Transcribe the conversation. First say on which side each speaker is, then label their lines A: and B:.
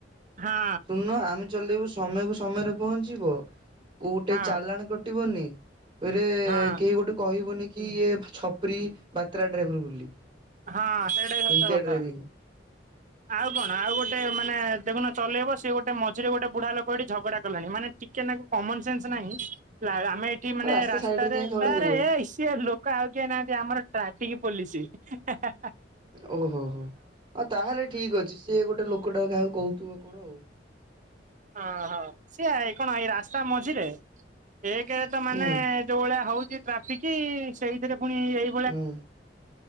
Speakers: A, on the right (about 45°); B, on the right (about 25°).
A: ହଁ
B: ଶୁଣୁନ, ଆମେ ଚଲେଇବୁ ସମୟକୁ ସମୟରେ ପହଞ୍ଚିବ। କୋଉଟେ
A: ହଁ
B: ଚାଲାଣ କଟିବନି। ଫେରେ
A: ହଁ
B: କେହି ଗୋଟେ କହିବୁନି କି ଇଏ ଛପୁରି ବାତ୍ରା ଡ୍ରାଇଭର ବୋଲି।
A: ହଁ, ସେଇଟା
B: ସେମିତିଆ
A: ବି ସତକଥା।
B: ଡ୍ରାଇଭିଂ
A: ଆଉ କଣ ଆଉ ଗୋଟେ ମାନେ ଦେଖୁନ ଚଲେଇବ ସିଏ ଗୋଟେ ମଝିରେ ଗୋଟେ ବୁଢା ଲୋକ ଏଠି ଝଗଡା କଲାଣି, ମାନେ ଟିକେନାକୁ କମନ୍ ସେନ୍ସ ନାହିଁ, ଲା ଆମେ ଏଠି ମାନେ
B: ଆଉ ରାସ୍ତା
A: ରାସ୍ତାରେ
B: ସାଇଡରେ ଯାଇ ଝଗଡା
A: ଆରେ
B: କରିବ।
A: ସିଏ ଲୋକ୍ ଲୋକ ଆଉ କିଏ ନାହାନ୍ତି, ଆମର ଟ୍ରାଫିକ୍ ପୋଲିସି ହା ହା।
B: ଓହୋ ହୋ ତାହେଲେ ଠିକ୍ ଅଛି, ସେ ଗୋଟେ ଲୋକଟା କାହାକୁ କହୁଥିବ କଣ ଆଉ।
A: ହଁ ହଁ, ସିଇ କଣ ଏଇ ରାସ୍ତା ମଝିରେ, ଏକେରେ ତ ମାନେ
B: ହୁଁ
A: ଯୋଉ ଭଳିଆ ହଉଚି ଟ୍ରାଫିକି, ସେଇଥିରେ ପୁଣି ଏଇ
B: ହୁଁ,